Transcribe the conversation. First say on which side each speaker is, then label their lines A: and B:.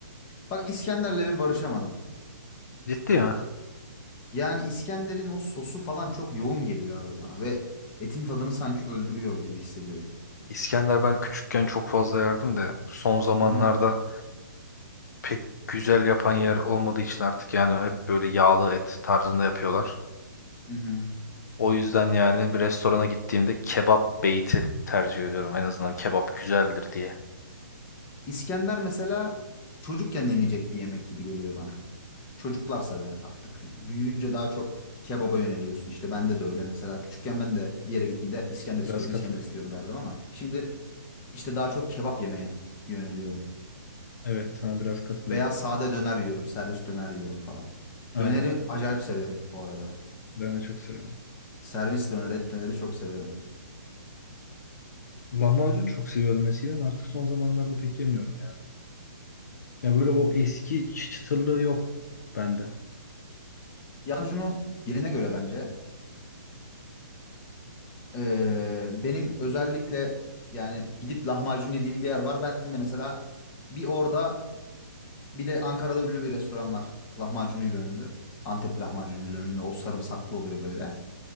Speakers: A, on the left (about 20°); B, on the left (about 55°).
A: Bak İskender'le bir barışamadım.
B: Ciddi mi?
A: Yani İskender'in o sosu falan çok yoğun geliyor abi bana ve etin tadını sanki öldürüyor gibi hissediyorum.
B: İskender ben küçükken çok fazla yerdim de son zamanlarda
A: Hı hı.
B: pek güzel yapan yer olmadığı için artık yani hep böyle yağlı et tarzında yapıyorlar.
A: Hı hı.
B: O yüzden yani bir restorana gittiğimde kebap beyti tercih ediyorum. En azından kebap güzeldir diye.
A: İskender mesela çocukken yenecek bir yemek gibi geliyor bana. Çocuklar sever artık. Büyüyünce daha çok kebaba yöneliyorsun. İşte bende de öyle mesela. Küçükken ben de bir yere gittiğimde İskender istiyorum,
B: Biraz katılıyorum.
A: İskender istiyorum derdim ama şimdi işte daha çok kebap yemeye yöneliyorum.
B: Evet, sana biraz katılıyorum.
A: Veya sade döner yiyorum. Servis döner yiyorum falan.
B: Aynen.
A: Döneri acayip severim bu arada.
B: Ben de çok seviyorum.
A: Servis döner, et döneri çok severim.
B: Lahmacun çok seviyordum eskiden. Artık son zamanlarda pek yemiyorum ya. Ya böyle o eski çı- çıtırlığı yok bende.
A: Lahmacunu yerine göre bence. Ee, benim özellikle yani gidip lahmacun yediğim bir yer var. Ben de mesela bir orada bir de Ankara'da ünlü bir restoran var. Lahmacunuyla ünlü. Antep lahmacunuyla ünlü. O sarımsaklı oluyor böyle.